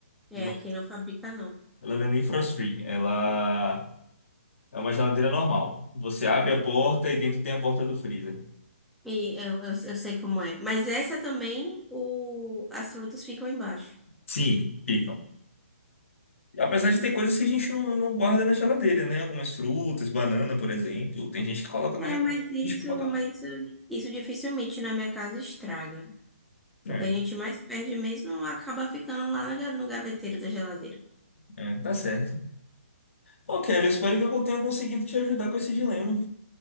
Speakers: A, in the centre; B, on the left.
A: É,
B: Não,
A: aqui não fabrica, não.
B: ela não é nem frost-free. Ela É uma geladeira normal. Você abre a porta e dentro tem a porta do freezer.
A: E eu, eu, eu sei como é. Mas essa também, o, as frutas ficam embaixo.
B: Sim, ficam. Apesar de ter coisas que a gente não, não guarda na geladeira, né? Algumas frutas, banana, por exemplo. Tem gente que coloca na
A: É,
B: geladeira,
A: mas isso,
B: a gente não bota
A: mas isso, isso dificilmente na minha casa estraga.
B: não.
A: O
B: É,
A: que a gente mais perde mesmo acaba ficando lá na ga- no gaveteiro da geladeira.
B: é, tá certo. Ok, eu espero que eu tenha conseguido te ajudar com esse dilema.